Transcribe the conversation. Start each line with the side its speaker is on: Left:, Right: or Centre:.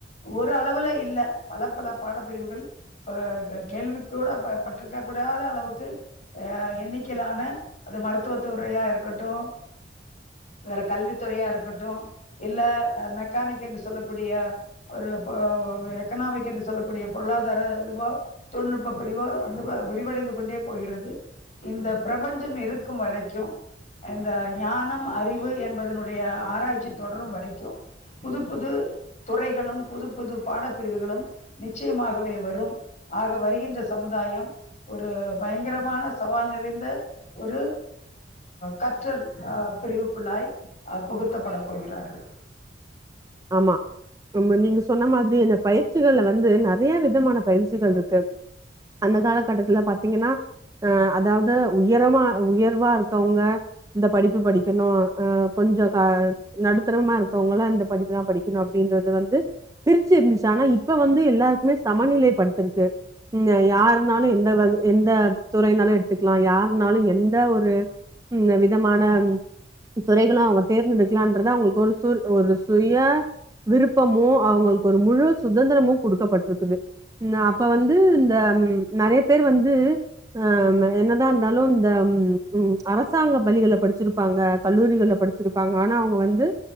Left: ஒரு அளவுல இல்ல, பல பல பாடப்பிரிவுகள் ப க கேள்விக்கூட பட்டுருக்க கூடாத அளவுக்கு அ எண்ணிக்கையிலான அது மருத்துவத்துறையா இருக்கட்டு வேற கல்வித்துறையா இருக் இருக்கட்டு இல்ல அ மெக்கானிக் என்று சொல்லக்கூடிய ஒரு பொ எக்கனாமிக் என்று சொல்லக்கூடிய பொருளாதார இதுவா தொழில்நுட்ப பிரிவா வந்து வ விரிவடைந்து கொண்டே போகிறது, இந்த பிரபஞ்சம் இருக்கும் வரைக்கு எந்த ஞானம், அறிவு என்பதனுடைய ஆ தொடரும் வரைக்கு புது புது துறைகளும் புது புது பாடப்பிரிவுகளும் நிச்சயமாகவே வரும் ஆக வருகின்ற சமுதாயம் ஒரு பயங்கரமான சவால் நிறைந்த ஒரு கற்றல் பிரிவுக்குள்ளாய் புகு த்தப்பட போகிறார்கள்
Right: ஆமா ஆமா நீங்க சொன்ன மாதிரியே இந்த பயிற்சிகள வந்து நற யா விதமான பயிற்சிகள் இருக்கு அந்த காலகட்டத்துல பாத்திங்கனா அ அதாவது உயரமா உயர்வா இருக்கவங்க இந்த படிப்பு படிக்கணு அ கொஞ்சம் கா நடுத்தரமா இருக்கவங்களா இந்த படிப்புதா படிக்கணு அப்டின்றது வந்து பிரிச்சு இருந்துச்சு ஆனா இப்ப வந்து எல்லாருக்குமே சமநிலைப்படுத்ருக்கு அ யாருனாலு எந்த வ எந்த துறைனாலு எடுத்துக்லா யாருனாலு எந்த ஒரு உ விதமான துறைகளு அவங்க தேர்ந்தெடுக்கலான்றத அவங்களுக்கு ஒரு சு ஒரு சுய விருப் ப்பமு அவங்களுக்கு ஒரு முழு சுதந்திரமோ குடுக்கப்பட்ருக்குது அப்ப வந்து இந்த நெறைய பேர் வந்து அ என்னதா இருந்தாலு இந்த ம் அரசாங்க பள்ளிகள்ல படிச்சிருப்பாங்க கல்லூரிகள்ல படிச்சிருப்பாங்க ஆனா அவங்க வந்து